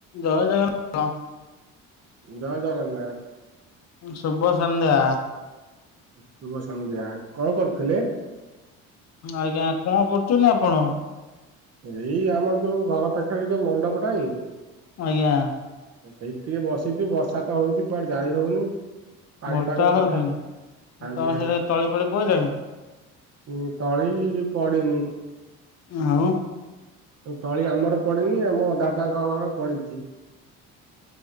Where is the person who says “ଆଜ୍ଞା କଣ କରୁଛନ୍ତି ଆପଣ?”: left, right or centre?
Left